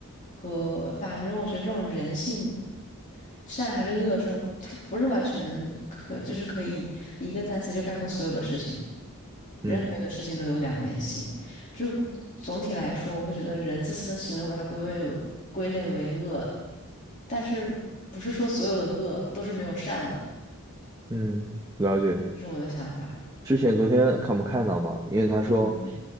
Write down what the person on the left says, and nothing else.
和反正我觉得这种人性，善还是恶，这种它不是完全可，就是可以一个单词就概括所有的事情。任何一个事情都有两面性，
就总体来说，我会觉得人自私的行为，我把它归为归类为恶，但是不是说所有的恶都是没有善的，
这是我的想法。
嗯